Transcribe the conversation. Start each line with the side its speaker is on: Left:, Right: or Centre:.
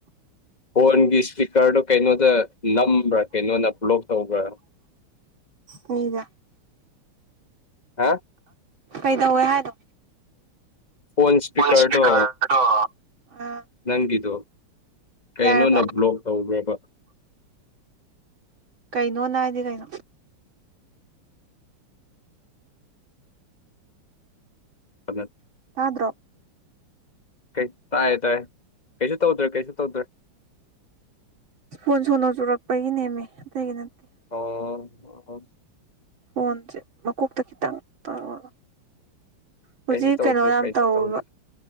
Left: ꯍꯣꯟꯒꯤ ꯏꯁ ꯏꯁꯀꯔꯗꯣ ꯀꯩꯅꯣꯗ ꯅꯝꯕ꯭ꯔꯥ ꯀꯩꯅꯣꯅ ꯭ꯂꯣꯛ ꯇꯧꯕ꯭ꯔꯥ
Right: ꯃꯤꯗ
Left: ꯍꯥ
Right: ꯀꯩꯗꯧꯋꯦ ꯍꯥꯏꯅꯣ
Left: ꯐꯣꯟꯣꯟ ꯁꯄꯤꯤꯀꯔꯗꯨꯣ
Right: ꯐꯣꯟ ꯏꯁꯄꯤꯀꯔꯗꯣ ꯑꯥ
Left: ꯅꯪꯗꯨ ꯀꯩꯅꯣꯅ
Right: ꯌꯥꯔꯕ
Left: ꯕ꯭ꯂꯣꯛ ꯇꯧꯈ꯭ꯔꯕ
Right: ꯀꯩꯅꯣ ꯅꯅꯥ ꯍꯥꯏꯗꯤ ꯀꯩꯅꯣ
Left: ꯐ
Right: ꯁꯥꯥꯗ꯭ꯔꯣ
Left: ꯀ ꯇꯥꯏ ꯇꯥꯏ ꯀꯩꯁꯨ ꯇꯧꯗ꯭ꯔꯦ ꯀꯩꯁꯨ ꯇꯧꯗ꯭ꯔꯦ
Right: ꯀꯣꯟ ꯁꯣꯟꯅ ꯆꯨꯔꯛꯄꯒꯤ ꯅꯦꯝꯃꯦ ꯑꯗꯨꯒꯤ ꯅꯠꯇꯦ
Left: ꯑ
Right: ꯐꯣꯟꯁꯦ ꯃꯀꯣꯛꯇ ꯈꯤꯇꯪ ꯇꯧꯔꯣ ꯍꯧꯖꯤꯛ
Left: ꯀꯩꯁꯨ ꯇꯧꯗ꯭ꯔꯦ
Right: ꯀꯩꯅꯣ ꯌꯥꯝ
Left: ꯀꯩꯁꯨ
Right: ꯇꯧꯕ
Left: ꯇꯧꯗ꯭ꯔꯦ